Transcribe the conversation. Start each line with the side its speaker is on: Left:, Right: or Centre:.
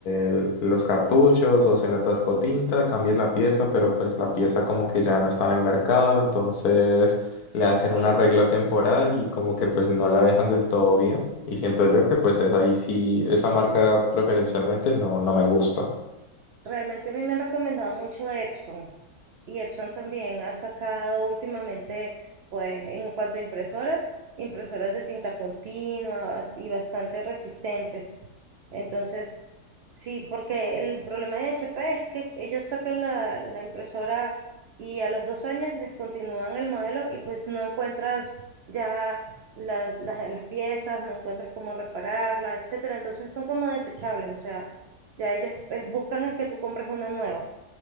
Left: el- los cartuchos o se le atascó tinta, cambies la pieza, pero pues la pieza como que ya no está en el mercado, entonces le hacen
Right: sí,
Left: un arreglo temporal y como que pues no la dejan del todo bien. Y siento yo que pues es ahí sí, esa marca preferencialmente no, no me gusta.
Right: realmente a mí me han recomendado mucho Epson y Epson también ha sacado últimamente, pues en cuanto a impresoras, impresoras de tinta continua bas- y bastante resistentes. Entonces, Sí, porque el problema de HP es que ellos sacan la, la impresora y a los dos años descontinúan el modelo y pues no encuentras ya las, las, las piezas, no encuentras cómo repararla, etcétera. Entonces son como desechables, o sea, ya ellos eh, buscan es que tú compres una nueva.